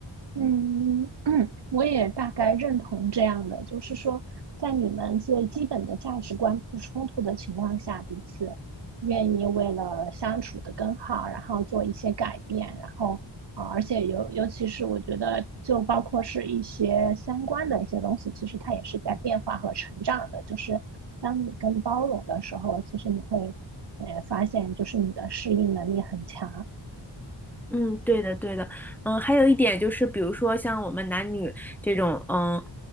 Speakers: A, on the right (about 60°); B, in the centre.
A: 嗯，<clears throat> 我也大概认同这样的，就是说，在你们最基本的价值观不冲突的情况下，彼此愿意为了相处的更好，然后做一些改变，然后啊、呃而且尤尤其是我觉得，就包括是一些相关的一些东西，其实它也是在变化和成长的。就是当你更包容的时候，其实你会呃发现，就是你的适应能力很强。
B: 嗯，对的，对的，嗯，还有一点就是，比如说像我们男女这种，嗯，